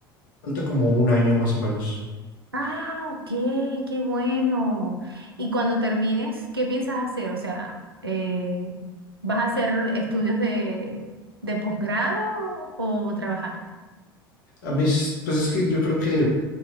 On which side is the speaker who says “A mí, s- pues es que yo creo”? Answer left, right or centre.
Left